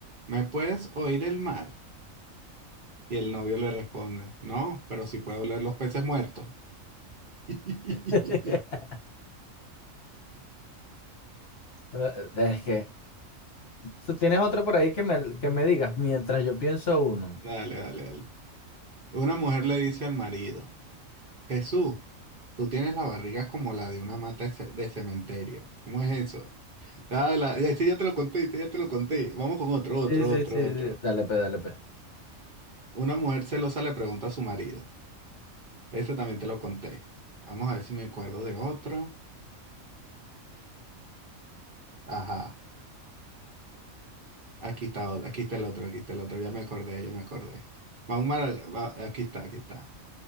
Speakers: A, on the right (about 45°); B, on the left (about 55°).
A: ¿me puedes oír el mar? Y el novio le responde, no, pero sí puedo oler los peces muertos. <laughs>
B: Es que, ¿tú tienes otro por ahí que me, que me digas mientras yo pienso uno?
A: Dale, dale, dale. Una mujer le dice al marido. Jesús, tú tienes la barriga como la de una mata de ce- de cementerio. ¿Cómo es eso? Ah, la- ya sí, ya te lo conté, sí, ya te lo conté. Vamos con otro, otro,
B: Sí, sí,
A: otro,
B: sí,
A: otro.
B: sí. Dale, pe, dale, pe.
A: Una mujer celosa le pregunta a su marido. Ese también te lo conté. Vamos a ver si me acuerdo de otro. Ajá, aquí está, otro, aquí está el otro, aquí está el otro. Ya me acordé, ya me acordé. Va un mara- va- aquí está, aquí está.